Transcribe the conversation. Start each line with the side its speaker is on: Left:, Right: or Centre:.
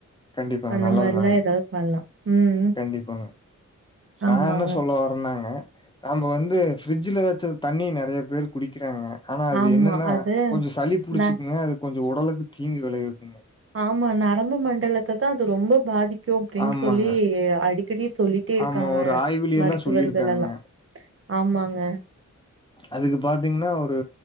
Left: கண்டிப்பாங்க.
Right: அந்த
Left: நல்லதுதாங்க.
Right: மாரிலா ஏதாவது பண்லா ம்
Left: கண்டிப்பாங்க நா
Right: ஆமாங்க
Left: என்ன சொல்ல வரேனாங்க நம்ப வந்து ஃப்ரிட்ஜ்ல வச்ச தண்ணி நெறயா பேர் குடிக்கிறாங்க ஆனா அது
Right: ஆமா
Left: என்னன்னா
Right: அது
Left: கொஞ்சோ சளி புடிச்சுக்குங்க
Right: ந
Left: அது கொஞ்ச உடலுக்கு தீங்கு விளைவிக்குங்க
Right: ஆமா நரம்பு மண்டலத்த தா அது ரொம்ப பாதிக்கு அப்டின்னு
Left: ஆமாங்க.
Right: சொல்லி அடி க்கடி சொல்லிட்டே இருக்காங்க
Left: ஆமா. ஒரு ஆய்விலயெல்லாம்
Right: மருத்துவர்கள்
Left: சொல்லியிருக்காங்கங்க.
Right: எல்லா ஆமாங்க
Left: அதுக்கு பாத்தீங்கன்னா ஒரு